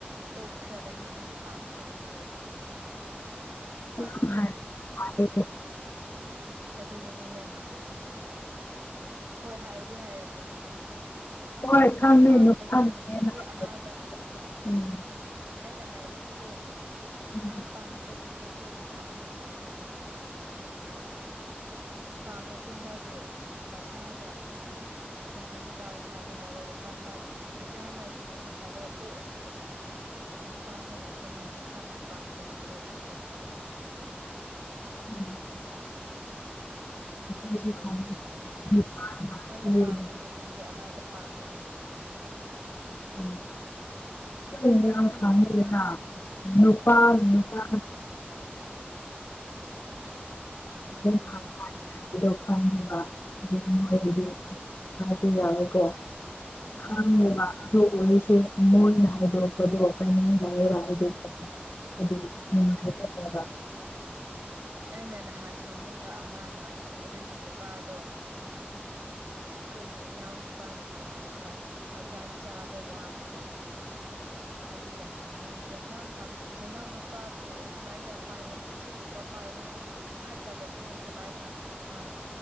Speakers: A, on the right; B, on the left.
A: ꯇꯣꯛꯈ꯭ꯔꯕꯅꯤ ꯅꯪ ꯄꯥꯡꯕꯒꯤꯅꯤ ꯑꯗꯨꯗꯨꯅ ꯑꯩ ꯍꯥꯏꯔꯒ ꯅꯨ ꯃꯥ ꯋꯥ
B: ꯌꯥꯝ
A: ꯉꯥꯡꯗꯦ
B: ꯍꯥꯏ
A: ꯑꯗꯨꯒꯤ ꯃꯇꯝꯗꯒꯤ
B: ꯍꯥꯏ
A: ꯑꯗꯨꯒꯤꯅꯤ ꯌꯥꯝ ꯍꯩꯕ ꯁꯥꯔꯒ ꯑꯩꯁ ꯍꯣꯏ ꯍꯥꯏꯗꯤ ꯍꯥꯏꯔꯝꯒꯅꯤ ꯑꯗꯣꯢꯁꯨ
B: ꯍꯣꯏ
A: ꯃꯥ
B: ꯈꯪꯉꯦ
A: ꯄꯥꯡꯕꯒꯤꯅꯤ
B: ꯅꯨꯄꯥꯅ ꯍꯦꯟꯅ
A: ꯃꯤ ꯑꯃꯗ
B: ꯍꯥꯏ ꯎꯝ
A: ꯑꯗꯨꯅꯤ ꯑꯩꯅ ꯍꯥꯏꯕꯗꯤꯀꯣ
B: ꯎꯝ
A: ꯃꯥ ꯄꯥꯡꯕꯒꯤꯅꯤ ꯑꯩꯈꯣꯏꯕꯨ ꯄꯥꯡꯉꯦ ꯍꯥꯏꯕꯗꯨ ꯍꯥꯏꯕ ꯋꯥꯅꯤꯗ ꯄꯥꯡꯉꯁꯨ ꯃꯥꯒꯤ ꯃꯁꯥꯗ ꯑ ꯑ ꯑꯗꯨꯃꯥꯏꯅ ꯇꯥꯎ ꯃꯥꯜꯂꯦ ꯍꯥꯏꯕ ꯋꯥꯈꯜ ꯃꯥꯗꯤ ꯃꯁꯥꯅ ꯁꯨꯃꯥꯏꯅ ꯈꯜꯂꯒ ꯇꯣꯛꯑꯅꯤꯗꯅ ꯌꯥꯝ ꯄꯥꯡꯉꯦ ꯍꯥꯏꯕꯗꯣ ꯃꯥ ꯃꯁꯥꯅ ꯄꯥꯡꯕꯒꯤ ꯑꯗꯨ ꯍꯥꯏꯗꯣꯛꯄꯅꯦꯕ
B: ꯎꯝ <unintelligible> <inaudible>
A: ꯑꯩꯗꯤ ꯃꯉꯣꯟꯗ
B: ꯈꯪꯉꯦ
A: ꯁꯨꯃꯥꯏꯅ ꯍꯥꯏꯕꯅꯤ
B: ꯅꯨꯄꯥꯅ
A: ꯅꯪꯅ
B: ꯍꯌꯦꯡꯒꯤ
A: ꯄꯪꯕꯒꯤꯅꯤ ꯃꯤ ꯑꯃꯗ ꯄꯥꯝꯃꯦ ꯍꯥꯏꯕꯗꯨꯅ
B: <unintelligible> <unintelligible> <unintelligible>
A: ꯌꯥꯝ ꯄꯥꯡꯉꯦ ꯌꯥꯝ ꯄꯥꯡꯉꯦꯅ
B: ꯅꯨꯄꯥꯅ ꯎꯝ
A: ꯑꯗꯨꯒꯤ
B: ꯍ <unintelligible> <inaudible> ꯑꯗꯣ ꯈꯪꯕ ꯑꯗꯨ ꯃꯣꯏꯒꯤꯗꯤ
A: ꯎꯝ
B: ꯈꯔꯗꯤ ꯌꯥꯎꯋꯦꯀꯣ
A: ꯎꯝ
B: ꯈꯪꯉꯦꯕ ꯑꯗꯨ ꯑꯣꯏꯔꯁꯨ ꯃꯣꯏꯅ ꯍꯥꯏꯗꯣꯛꯄꯗꯣ ꯀꯩꯅꯣꯝ ꯇꯧꯋꯦꯕ
A: ꯎꯝ
B: ꯍꯥꯏꯗꯣꯛꯄꯗꯣ꯫ ꯑꯗꯨ <unintelligible>
A: ꯎꯝ ꯑꯩꯅ ꯅꯍꯥꯟ ꯁꯥꯎꯅꯤꯡꯕ ꯑꯃꯅ ꯑꯗꯨꯒꯤ ꯅꯨꯄꯥꯗꯣ꯫ ꯑꯩꯈꯣꯏꯒꯤ꯫ ꯏꯅꯥꯎꯅꯨꯄꯥꯒꯤ ꯃꯃꯥꯡꯗ ꯁꯥꯖꯥꯟ ꯆꯥꯕ ꯋꯥꯅꯤꯗ꯫ ꯑꯩꯗꯤ ꯌꯥꯝ ꯁꯥꯎꯅꯤꯡꯕꯗꯣ꯫ ꯅꯪꯅ ꯅꯅꯥꯎ ꯅꯨꯄꯥꯕꯨ ꯑꯁꯨꯃꯥꯏꯅ ꯄꯥꯏꯒꯅꯨ ꯁꯤꯒꯨꯝꯕ꯫ ꯄꯥꯏꯒꯅꯣ ꯐꯠꯇꯕꯅꯦ ꯁꯨꯃꯥꯏꯅ ꯉꯥꯡ